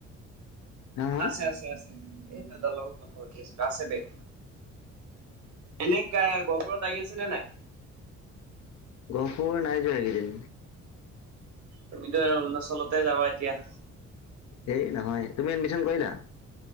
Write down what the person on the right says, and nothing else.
আছে আছে আছে, এই দাদাৰ লগত কথা পাতি আছিলো আছে বেগ। এনে গহপুৰ আহি আছে নে নাই।
তুমিতো অৰুণাচলতে যাবা এতিয়া।